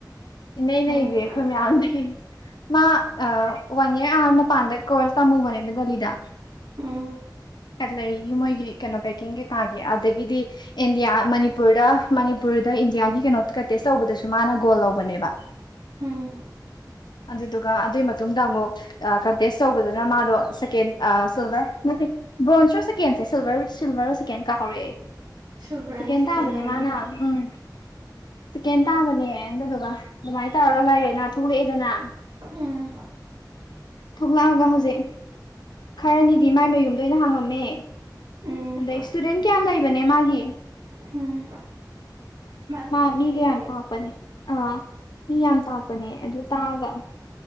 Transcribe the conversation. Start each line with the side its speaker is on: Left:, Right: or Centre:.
Left: ꯏꯟꯅꯩ ꯂꯩꯒꯦ
Right: ꯎꯝ
Left: ꯑꯩꯈꯣꯏ ꯃꯥ ꯋꯥꯟ ꯏꯔ ꯑꯥꯔ ꯃꯄꯥꯟꯗ ꯀꯣꯔꯁ ꯇꯝꯃꯨꯕꯅꯦꯕ ꯗꯦꯜꯂꯤꯗ
Right: ꯎꯝ
Left: ꯂꯩ ꯃꯣꯏꯒꯤ ꯀꯩꯅꯣ ꯕꯦꯛꯀꯤꯡ ꯀꯩꯀꯥꯒꯤ ꯑꯗꯒꯤꯗꯤ ꯏꯟꯗꯤꯌꯥ ꯃꯅꯤꯄꯨꯔꯗ ꯃꯅꯤꯄꯨꯔꯗ ꯏꯟꯗꯤꯌꯥꯒꯤ ꯀꯩꯅꯣ ꯀꯟꯇꯦꯁ ꯇꯧꯕꯗꯁꯨ ꯃꯥꯅ ꯒꯣꯜ ꯂꯧꯕꯅꯦꯕ
Right: ꯎꯝ
Left: ꯑꯗꯨꯗꯨꯒ ꯑꯗꯨꯒꯤ ꯃꯇꯨꯡꯗ ꯑꯃꯨꯛ ꯑ ꯀꯇꯦꯁ ꯇꯧꯕꯗꯅ ꯃꯥꯗꯣ ꯁꯦꯀꯦꯟ ꯑ ꯁꯤꯜꯋ‌ꯔ ꯅꯠꯇ‌ꯦ ꯕ꯭ꯔꯣꯟꯖꯁꯨ ꯆꯦꯀꯦꯟꯁꯦ ꯁꯤꯜꯔ ꯁꯤꯜꯚꯔꯣ ꯁꯦꯀꯦꯟ ꯀꯥꯍꯧꯔꯛꯑ ꯑꯩ
Right: ꯁꯤꯜꯚꯔꯅ
Left: ꯁ‌ꯦꯀ‌ꯦꯟ
Right: ꯁꯦꯀꯦꯟ
Left: ꯇꯕꯅ‌ꯦ
Right: ꯑꯣꯏꯔꯝꯅꯤ
Left: ꯃꯥꯅ ꯎꯝ ꯆꯤꯛꯀꯦꯟ ꯇꯥꯕꯅꯦ ꯑꯗꯨꯗꯨꯒ ꯑꯗꯨꯃꯥꯏꯅ ꯇꯧꯔꯒ ꯂꯩꯔꯦ ꯅꯥ ꯊꯣꯛꯂꯛꯑꯦꯗꯅ
Right: ꯎꯝ
Left: ꯊ‌ꯣꯛꯂꯑꯒ ꯍꯧꯖꯤꯛ ꯈꯔꯅꯤꯗꯤ ꯃꯥꯏ ꯃꯌꯨꯝꯗ ꯑ‌ꯣꯏꯅ ꯍꯥꯡꯉꯝꯃ‌ꯦ
Right: ꯎꯝ
Left: ꯑꯗ‌ꯩ ꯁ꯭ꯇꯨꯗ‌ꯦꯟ ꯀꯌꯥꯝ ꯂꯩ ꯏꯕꯅꯦ ꯃꯥꯒꯤ
Right: ꯎꯝ ꯃꯥꯅ
Left: ꯃꯥ
Right: ꯏꯅꯩ
Left: ꯃꯤꯒ
Right: ꯅꯩꯈ꯭ꯔꯦ
Left: ꯌꯥꯝ ꯇꯥꯛꯄꯅꯦ ꯑꯥ ꯃꯤ ꯌꯥꯝ ꯇꯥꯛꯄꯅꯦ ꯑꯗꯨ ꯇꯥꯛꯑꯒ